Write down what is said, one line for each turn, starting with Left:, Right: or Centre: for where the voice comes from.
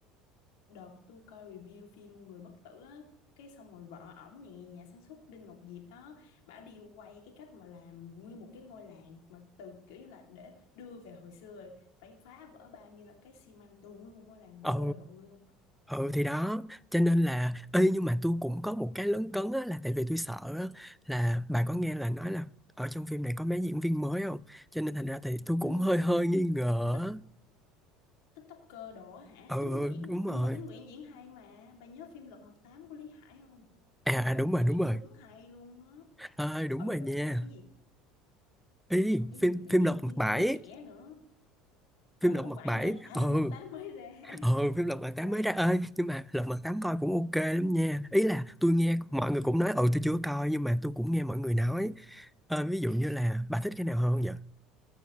Left: đợt tôi coi review phim Người bất tử á cái xong rồi vợ ổng nè nhà sản xuất Đinh Ngọc Diệp đó bả đi quay cái cách mà làm nguyên một cái ngôi làng mà từ kiểu như là để đưa về hồi xưa rồi, phải phá vỡ bao nhiêu là cái xi măng tường nguyên một ngôi làng
Centre: ừ
Left: bự ơi là bự luôn
Centre: ừ thì đó cho nên là ê nhưng mà tôi cũng có một cái lấn cấn á là tại vì tôi sợ á, là bà có nghe là nói là ở trong phim này có mấy diễn viên mới không cho nên thành ra thì tôi
Left: ừ,
Centre: cũng hơi hơi nghi ngờ
Left: tích
Centre: á.
Left: TikToker đỏ hả
Centre: ừ
Left: Tín Nguyễn
Centre: đúng
Left: hả Ơ,
Centre: rồi
Left: nhưng mà Tín Nguyễn diễn hay mà bà nhớ phim Lật Mặt Tám của Lý Hải không
Centre: à,
Left: trời ơi
Centre: à đúng rồi
Left: bà
Centre: đúng
Left: diễn
Centre: rồi
Left: đúng hay luôn á
Centre: ơi đúng
Left: ôi
Centre: rồi
Left: rồi
Centre: nha
Left: còn cái gì
Centre: ý
Left: còn cái
Centre: phim
Left: gì mà
Centre: phim
Left: diễn
Centre: Lật Mặt
Left: viên
Centre: Bảy
Left: mới trẻ nữa ở
Centre: phim
Left: Lật
Centre: Lật
Left: Mặt
Centre: Mặt
Left: Bảy
Centre: Bảy
Left: hả à
Centre: ừ
Left: Lật Mặt Tám mới ra <laughs>
Centre: ừ phim Lật Mặt Tám
Left: trời
Centre: mới ra ơi nhưng mà Lật Mặt Tám coi cũng ok lắm nha ý là tôi nghe
Left: ủa
Centre: mọi
Left: gì
Centre: người cũng nói ừ tôi chưa coi nhưng mà tôi cũng nghe mọi người nói Ờ, ví dụ như là bà thích cái nào hơn vậy